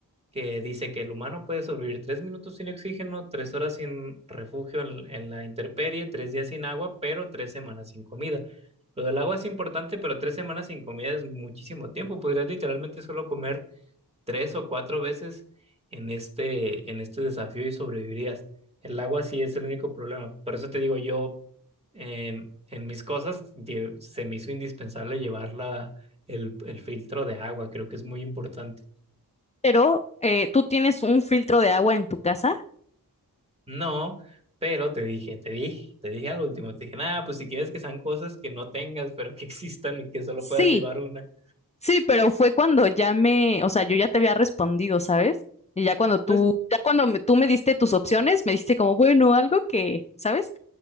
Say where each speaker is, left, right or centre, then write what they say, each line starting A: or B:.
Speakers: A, on the right; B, on the left.
A: que dice que el humano puede sobrevivir tres minutos sin oxígeno, tres horas sin refugio en, en la intemperie, tres días sin agua, pero tres semanas sin comida. Lo del agua es importante, pero tres semanas sin comida es muchísimo tiempo. Podrías literalmente solo comer tres o cuatro veces en este, en este desafío y sobrevivirías. El agua sí es el único problema. Por eso te digo, yo eh, en mis cosas lle- se me hizo indispensable llevar la, el, el filtro de agua. Creo que es muy importante.
B: Pero eh, ¿tú tienes un filtro de agua en tu casa?
A: No, pero te dije, te dije, te dije al último, te dije, nada, pues si quieres que sean cosas que no tengas, pero que existan y que solo
B: Sí.
A: puedas llevar una.
B: Sí, pero fue cuando ya me, o sea, yo ya te había respondido, ¿sabes? Y ya cuando tú,
A: Pues,
B: ya cuando me- tú me diste tus opciones, me diste como, bueno, algo que, ¿sabes?